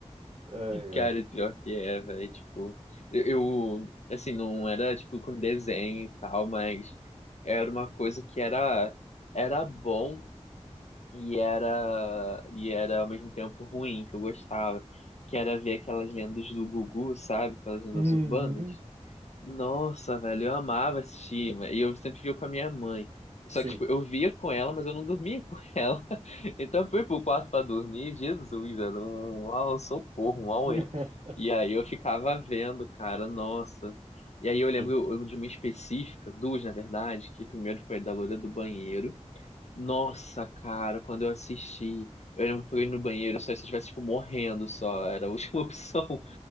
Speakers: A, on the right; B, on the left.
A: Ai,
B: Cara,
A: ai.
B: pior que é, velho, tipo, eu, eu, assim, não era, tipo, com desenho e tal, mas era uma coisa que era, era bom e era, e era ao mesmo tempo ruim, que eu gostava, que era ver aquelas lendas do Gugu, sabe, aquelas lendas
A: Uhum.
B: urbanas. Nossa, velho, eu amava assistir, ma- e eu sempre via com a minha mãe. Só
A: Sim.
B: que, tipo, eu via com ela, mas eu não dormia com <laughs> ela. Então eu fui pro quarto pra dormir, Jesus, era um, um socorro, um auê.
A: <laughs>
B: E aí eu ficava vendo, cara, nossa. E aí eu lembro,
A: Sim.
B: eu lembro de uma específica, duas, na verdade, que primeiro foi a da loira do banheiro. Nossa, cara, quando eu assisti, eu lembro que eu ia no banheiro, só se eu estivesse, tipo, morrendo só, era a última <laughs> opção.